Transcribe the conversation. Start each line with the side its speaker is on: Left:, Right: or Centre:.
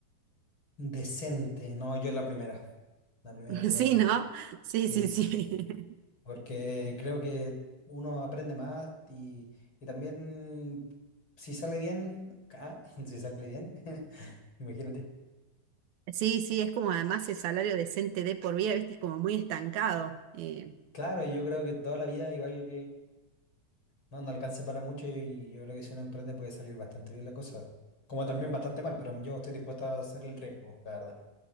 Left: Decente. No, yo la primera. La primera
Right: <laughs>
Left: totalmente.
Right: Sí, ¿no? Sí,
Left: Sí,
Right: sí, sí.
Left: sí, sí. Porque creo que uno aprende más y, y también si sale bien, ah, <laughs> si sale bien, <laughs> imagínate.
Right: Sí, sí, es como además el salario decente de por vida, viste, es como muy estancado. Eh,
Left: Claro, y yo creo que toda la vida igual no, no alcanza para mucho y yo creo que si uno emprende puede salir bastante bien la cosa. Como también bastante mal, pero yo estoy dispuesto a hacer el riesgo, la verdad.